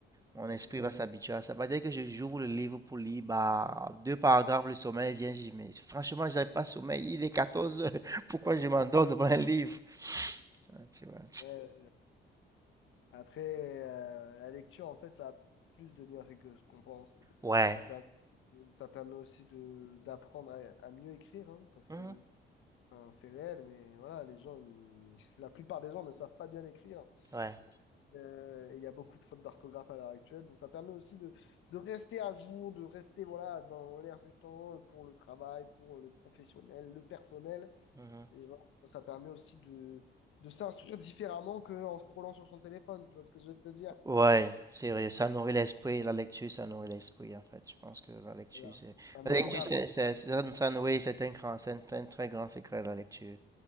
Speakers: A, on the right; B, on the left.
A: mon esprit
B: Mhm.
A: va s'habituer à ça. Ça va dire que je- j'ouvre le livre pour lire, bah, deux paragraphes, le sommeil vient, je dis, mais franchement, j'avais pas sommeil, il est 14 heures, <laughs> pourquoi je m'endors devant un livre? Ah, tu vois.
B: Euh, après, euh, la lecture, en fait, ça a plus de bienfaits que ce qu'on pense.
A: Ouais.
B: Ça permet, euh, ça permet aussi de d'apprendre à, à mieux écrire, hein, parce
A: Mhm.
B: que hein, c'est réel, mais voilà, les gens, ils- <laughs> la plupart des gens ne savent pas bien écrire.
A: Ouais.
B: Euh, et il y a beaucoup de fautes d'orthographe à l'heure actuelle. Donc, ça permet aussi de, de rester à jour, de rester voilà, dans l'air du temps pour le travail, pour le professionnel, le personnel.
A: Mhm.
B: Et voilà, ça permet aussi de, de s'instruire différemment qu'en scrollant sur son téléphone, tu vois ce que je veux te dire?
A: Ouais, c'est vrai, ça nourrit l'esprit, la lecture, ça nourrit l'esprit, en fait. Je pense que la lecture,
B: Voilà,
A: c'est...
B: ça nourrit
A: La lecture,
B: l'âme.
A: c'est... c'est- ça- ça- oui, c'est un grand, c'est un, un très grand secret, la lecture.